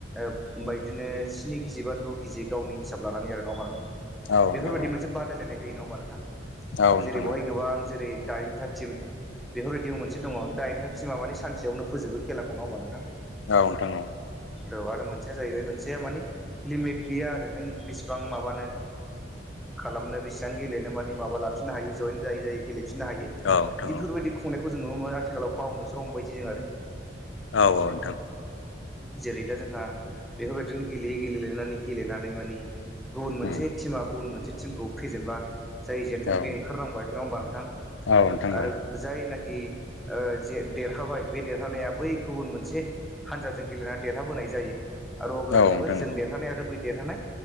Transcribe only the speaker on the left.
औ नोंथां
औ
औ नोंथां
औ
औथां औ
औ
नोंथां
औ औ नोंथां।
उम
औ
औ नोंथां औ
औ
नोंथां